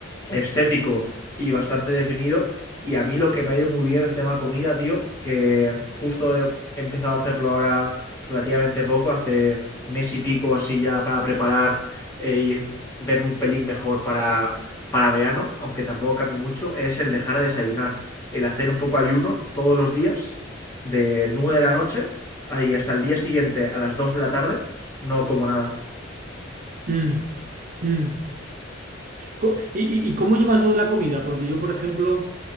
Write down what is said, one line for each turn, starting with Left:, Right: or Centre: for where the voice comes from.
Left: estético y bastante definido. Y a mí lo que me ha ido muy bien en tema comida, tío, que justo he empezado a hacerlo ahora relativamente poco, hace mes y pico así ya para preparar eh, y verme un pelín mejor para, para verano, aunque tampoco cambie mucho, es el dejar de desayunar, el hacer un poco ayuno todos los días, de 9 de la noche y hasta el día siguiente a las 2 de la tarde, no como nada.
Right: Mm, mm. Co- ¿Y, y- y cómo llevas lo de la comida? Porque yo, por ejemplo,